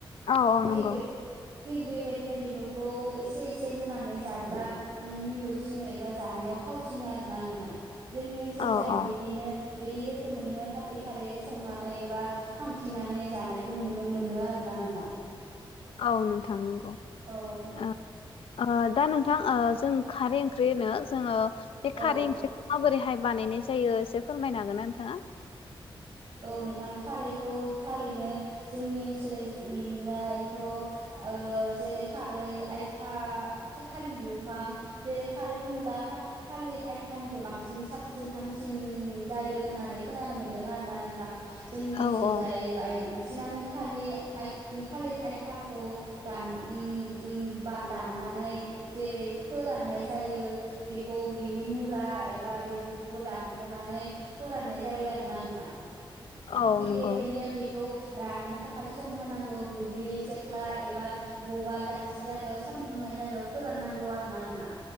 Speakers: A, on the left; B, on the right.
A: औ औ
B: थिग
A: नंगौ
B: बे थिग बेबायदिनो बेफोरखौ एसे एसे एसे होनानै जाब्ला मिलौसिनो एबा जानायाव थावसिनो आरोना नोंथां जोंनि ओनसोलजों
A: औ औ
B: बिदिनो बिदि रोखोमैनो खारदै खारै संनानै एबा खांथिंनानै जानायखौ नुनो मोनो आरोना नोंथां <inaudible>
A: औ नोंथां नंगौ
B: औ औ
A: ओ ओ दा नों नोंथां जों खारै ओंख्रि होनो जोंङो बे
B: औ
A: खारै ओंख्रिरिखौ माबोरैहाय बानायनाय जायो एसे फोरमायनो हागोना नोंथाङा?
B: औ नोंथां खारैखौ थारैनो जोंनि ओनसोल दा एथ' ओ जेरै खारै आयथा खाथालिर बिफां जेरै खारै बुंब्ला थालिर आयथानिखौ बांसिन साबसिन हामसिन जायो होननानै खोनानो मोन्दों आरोना नों जोंनि ओनसोल
A: औ औ
B: जाय बायक बांसिनानो खारै आ-थालिर आयथाखौ दान उम उम बा दान नानै जेरै फोराननाय जायो बेखौ बेनि मुरा एबा बेफोरखौ बो दानख'नानै फोराननाय जायो आरोना नोंथां।
A: औ
B: थिग
A: नंगौ
B: बेबायदिनो बेखौ राननो थाखाय सम होनांगौ दुब्लि सेख्ला एबा बबेबा दाबसे जायगायाव सानदुंनांनाय जायगायाव फोराननांगौ आरो ना नोंथां।